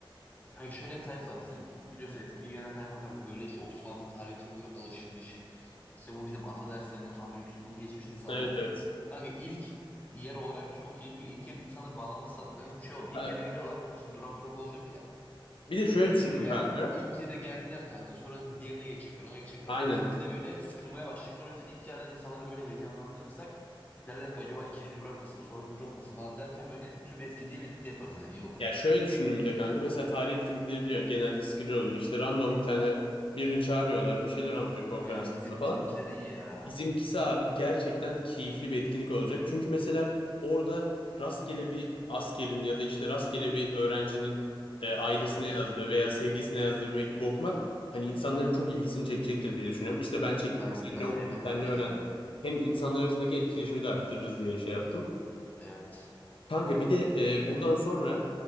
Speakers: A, on the left; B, on the left.
A: Yani şöyle bir tayfa var. Bizim biliyorsun etkili gelen tayfa kanka böyle işte Osmanlı tarihi çok alışmış. İşte bu bizim ata derslerinden falan böyle yüksek notu geçmiş insanlar.
B: Evet evet.
A: Kanka ilk yer olarak çok iyi. Çünkü ilk yerin insanları bağlaması lazım. Kanka şimdi şey oluyor.
B: Ha,
A: İlk yere geliyorlar. Bizim şimdi durak durak olacak ya.
B: Bir de şöyle
A: İlk
B: düşündüm
A: yere gel
B: kanka.
A: ilk yere geldiler kanka. Sonra diğerine geçecekler. Ona geçecekler
B: Aynen.
A: falan. Gitgide böyle sıkılmaya başlayacaklar. O yüzden ilk yerden insanları böyle heyecanlandırırsak derler ki acaba ikinci durak nasıl? Sonraki durak nasıl falan derken böyle tüm etkinliği birlikte yaparız. Yani iyi olur.
B: Ya şöyle düşündüm bir de kanka. Mesela tarih etkinlikleri biliyorsun genelde sıkıcı oluyor. İşte random bir tane birini çağırıyorlar. Bir şeyler anlatıyor konferansında
A: Kanka bizim
B: falan.
A: bizimkiler iyi ya.
B: Bizimkisi abi gerçekten keyifli bir etkinlik olacak. Çünkü mesela orada rastgele bir askerin ya da işte rastgele bir öğrencinin e, ailesine
A: Evet.
B: yazdığı veya sevgisine yazdığı bir mektubu okumak hani insanların çok ilgisini çekecektir diye düşünüyorum. İşte ben çektim.
A: Ben,
B: Senle
A: bence
B: okudum,
A: de bence
B: senle öğrendin?
A: de.
B: Hem insanlar arasındaki etkileşimi de arttırırız diye şey yaptım.
A: Evet.
B: Kanka bir de e, buradan sonra